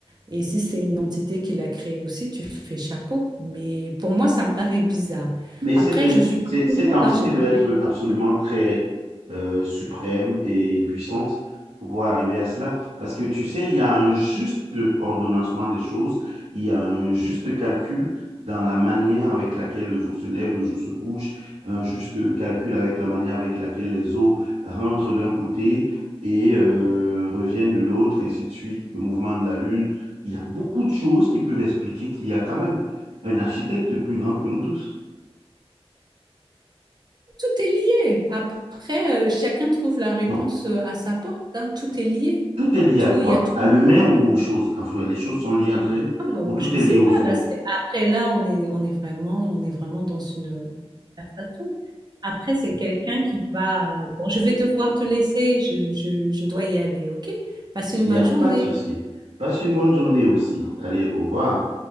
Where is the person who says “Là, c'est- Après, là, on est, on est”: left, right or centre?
Right